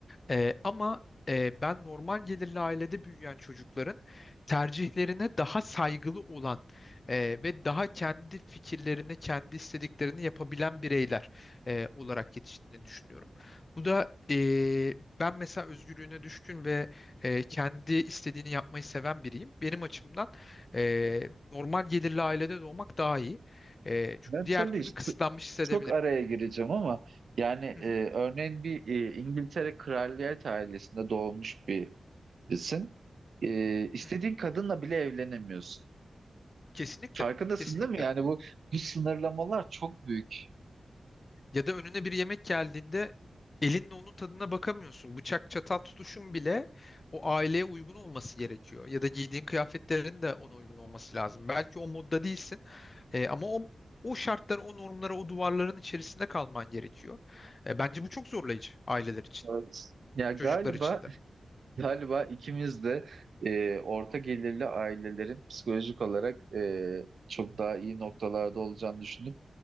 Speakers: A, on the left; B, on the right.
A: Ee, ama e, ben normal gelirli ailede büyüyen çocukların tercihlerine daha saygılı olan e, ve daha kendi fikirlerini, kendi istediklerini yapabilen bireyler e, olarak yetiştiğini düşünüyorum. Bu da e, ben mesela özgürlüğüne düşkün ve e, kendi istediğini yapmayı seven biriyim. Benim açımdan e, normal gelirli ailede doğmak daha iyi. E, çünkü
B: Ben
A: diğer
B: tabii
A: türlü
B: işte
A: kısıtlanmış hissedebilirim.
B: çok araya gireceğim ama yani e,
A: Hı hı,
B: örneğin bir e, İngiltere kraliyet ailesinde doğmuş bir Sen e, istediğin
A: hı hı.
B: kadınla bile evlenemiyorsun.
A: Kesinlikle,
B: Farkındasın
A: kesinlikle.
B: değil mi? Yani bu bu sınırlamalar çok büyük.
A: Ya da önüne bir yemek geldiğinde elinle onun tadına bakamıyorsun. Bıçak çatal tutuşun bile o aileye uygun olması gerekiyor. Ya da giydiğin kıyafetlerin de ona uygun olması lazım. Belki o modda değilsin e, ama o, o şartlara, o normlara, o duvarların içerisinde kalman gerekiyor. E, bence bu çok zorlayıcı aileler için,
B: Evet. Ya galiba
A: çocuklar için de.
B: galiba ikimiz de e, orta gelirli ailelerin psikolojik olarak e, çok daha iyi noktalarda olacağını düşünüp